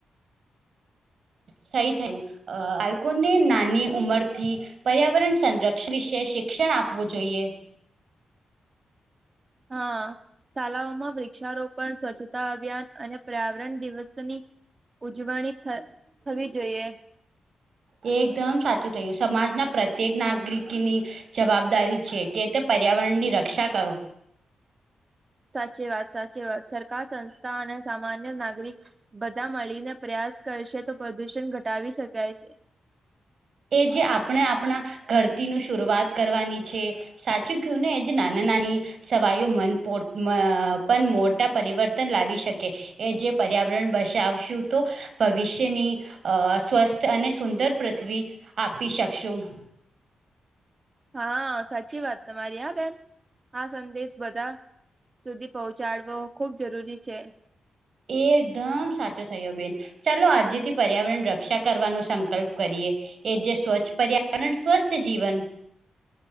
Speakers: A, on the right; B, on the right.
A: સહી થયું અ આલ્કોને નાની ઉંમર થી પર્યાવરણ સંરક્ષણ વિશે શિક્ષણ આપવું જોઈએ.
B: હા. શાળાઓમાં વૃક્ષારોપણ સ્વચ્છતા અભિયાન અને પર્યાવરણ દિવસની ઉજવણી થ થવી જોઈએ.
A: એ એકદમ સાચું થયું સમાજના પ્રત્યેક નાગરિકની જવાબદારી છે કે તે પર્યાવરણની રક્ષા કરો.
B: સાચી વાત સાચી વાત સરકાર સંસ્થા અને સામાન્ય નાગરિક બધા મળીને પ્રયાસ કરશે તો પ્રદુષણ ઘટાવી શકાય છે.
A: એ જે આપણે આપણા ઘરતીનું શરૂઆત કરવાની છે. સાચું કું ને એજ નાના નાની સવાયો મનપ પણ મોટા પરિવર્તન લાવી શકે. એ જે પર્યાવરણ બશાવશું તો. ભવિષ્યની અ સ્વસ્થ અને સુંદર પૃથ્વી આપી શકશું.
B: હા સાચી વાત તમારી આ બેન આ સંદેશ બધા સુધી પહોંચાડવો ખુબ જરૂરી છે.
A: એ એકદમ સાચો થયો બેન ચાલો આજે થી પર્યાવરણ રક્ષા કરવાનો સંકલ્પ કરીએ એ જે સ્વચ્છ પર્યાવરણ સ્વસ્થ જીવન.